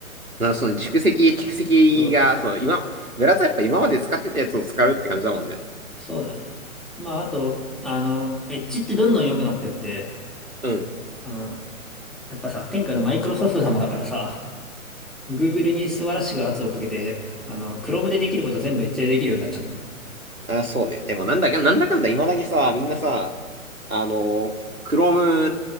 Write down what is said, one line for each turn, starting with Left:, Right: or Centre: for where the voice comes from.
Right: まあ、そうね。蓄積、蓄積が、
Centre: そう、
Right: そう、今、ブラウザやっぱ今まで使ってたやつを使うって感じだもんね。
Centre: そうだね。まあ、あと、あの、エッジってどんどん良くなってって、
Right: うん。
Centre: あの、やっぱさ、天下のマイクロソフト様だからさ、Google に素晴らしく圧をかけて、あの、Chrome でできること全部エッジでできるようになっちゃったね。
Right: あ、そうね。でもなんだか、なんだかんだ未だにさ、みんなさ、あの、Chrome、